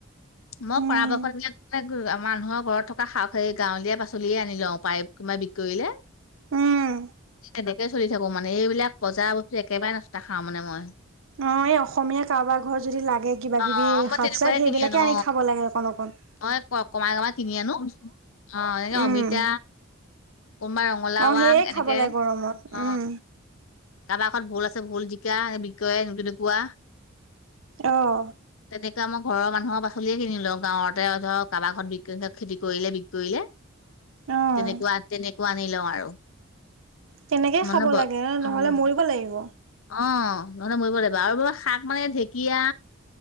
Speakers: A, on the left; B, on the right.
A: মই
B: উম
A: পৰাপক্ষত এইবিলাক মানুহৰ ঘৰত থকা শাক সেই গাঁৱলীয়া পাচলিয়ে আনি লওঁ পায় কোনোবাই বিকি কৰিলে
B: উম
A: তেনেকে চলি থাকো মানে এইবিলাক বজাৰ বস্তু একেবাৰে নষ্টা খাওঁ মানে মই
B: অ এই অসমীয়া কাৰোবাৰ ঘৰ যদি লাগে কিবা
A: অ
B: কিবি
A: মই
B: শাক
A: তেনেকুৱাই
B: চাক সেইবিলাকে
A: কিনি আনো
B: আনি খাব লাগে অকন অকন
A: মই কমাই কমাই কিনি আনো অ এনেকে
B: উম
A: অমিতা কোনোবাই ৰঙলাও
B: অ সেয়ে
A: আগ এনেকে
B: খাব লাগে গৰমত
A: অ
B: উম
A: কাৰোবাৰ ঘৰত ভুল আছে ভুল জিকা বিক কেৰে তেনেকুৱা
B: অহ
A: তেনেকুৱা আমাৰ ঘৰৰ মানুহৰ পাচলিয়ে কিনি লওঁ গাঁৱতে ধৰক কাৰোবাক ঘৰত বিক কৰিছে খেতি কৰিলে বিক কৰিলে
B: অ
A: তেনেকুৱা
B: অ
A: তেনেকুৱা আনি লও আৰু
B: তেনেকেই
A: মানে
B: খাব
A: ব
B: লাগে ন নহলে
A: উম
B: মৰিব লাগিব
A: অ নহ'লে মৰিব লাগিব আৰু বাবা শাক মানে ঢেকীয়া